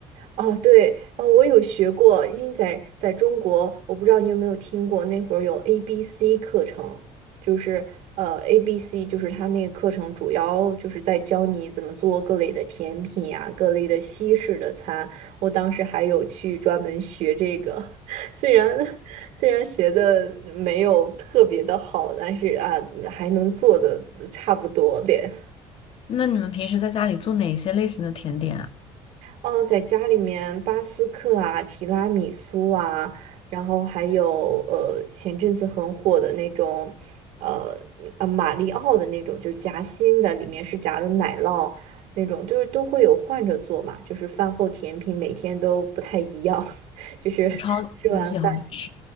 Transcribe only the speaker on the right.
哦，对，哦，我有学过，因为在在中国，我不知道你有没有听过，那会儿有 A B C 课程，就是呃 A B C，就是它那个课程主要就是在教你怎么做各类的甜品呀、各类的西式的餐。我当时还有去专门学这个，<laughs> 虽然虽然学的没有特别的好，但是啊，还能做的差不多点。
嗯，在家里面，巴斯克啊、提拉米苏啊，然后还有呃，前阵子很火的那种，呃啊，马里奥的那种，就是夹心的，里面是夹的奶酪那种，就是都会有换着做嘛，就是饭后甜品每天都不太一样，<laughs> 就是吃完饭